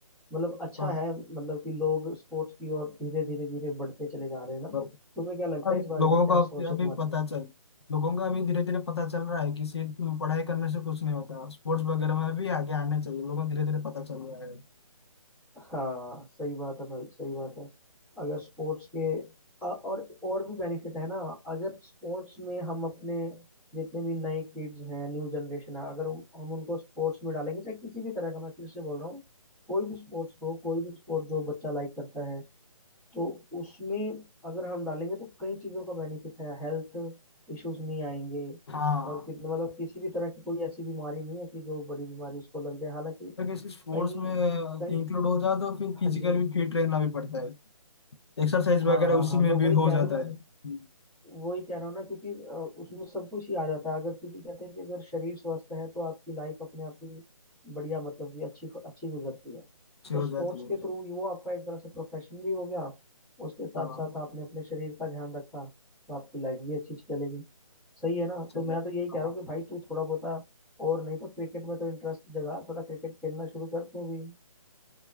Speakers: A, in the centre; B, on the left (about 50°).
A: मतलब अच्छा
B: तो,
A: है मतलब कि लोग स्पोर्ट्स की ओर धीरे धीरे धीरे बढ़ते चले जा रहे हैं ना
B: तो
A: तुम्हें क्या लगता
B: अब
A: है इस बारे
B: लोगों
A: में क्या
B: का अभी
A: सोच
B: अभी
A: है तुम्हारी
B: पता चल लोगों का अभी धीरे धीरे पता चल रहा है कि सिर्फ पढ़ाई करने से कुछ नहीं होता स्पोर्ट्स वगैरह में भी आगे आना चाहिए लोगों को धीरे धीरे पता चल रहा है
A: हाँ सही बात है भाई सही बात है अगर स्पोर्ट्स के अ- और और भी बेनिफिट है ना अगर स्पोर्ट्स में हम अपने जितने भी नए किड्स हैं न्यू जनरेशन है अगर उन- हम उनको स्पोर्ट्स में डालेंगे चाहे किसी भी तरह का मैं फिर से बोल रहा हूँ कोई भी स्पोर्ट्स हो कोई भी स्पोर्ट जो बच्चा लाइक करता है तो उसमें अगर हम डालेंगे तो कई चीज़ों का बेनिफिट है हेल्थ इश्यूज नहीं आएंगे
B: हाँ
A: और कितना मतलब किसी भी तरह की कोई ऐसी बीमारी नहीं है कि जो बड़ी बीमारी उसको लग जाए हालांकि
B: अगर किसी स्पोर्ट्स
A: कई
B: में
A: कई
B: इंक्लूड हो जाए तो फिर फिजिकल
A: हाँ जी
B: भी फिट रहना भी पड़ता है एक्सरसाइज
A: हाँ
B: वगैरह
A: हाँ
B: उसी
A: हाँ
B: में
A: मैं
B: भी
A: वही
B: हो
A: कह
B: जाता
A: रहा हूँ ना
B: है हम्म,
A: वही कह रहा हूँ ना क्योंकि अ, उसमें सब कुछ ही आ जाता है अगर क्योंकि कहते हैं कि अगर शरीर स्वस्थ है तो आपकी लाइफ अपने आप ही बढ़िया मतलब कि अच्छी अच्छी गुजरती है
B: अच्छी
A: तो
B: हो
A: स्पोर्ट्स
B: जाती है
A: के थ्रू वो आपका एक तरह से प्रोफेशन भी हो गया उसके साथ
B: हाँ
A: साथ आपने अपने शरीर का ध्यान रखा तो आपकी लाइफ भी अच्छी चलेगी सही है ना
B: चलो
A: तो मैं तो यही कह
B: हाँ
A: रहा हूँ कि भाई तू थोड़ा बहुत और नहीं तो क्रिकेट में तो इंटरेस्ट जगा थोड़ा क्रिकेट खेलना शुरू कर तू भी